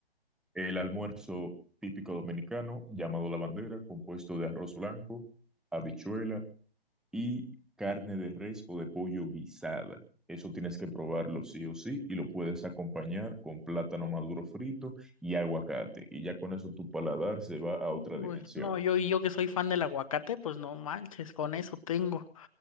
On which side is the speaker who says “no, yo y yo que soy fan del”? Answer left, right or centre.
Left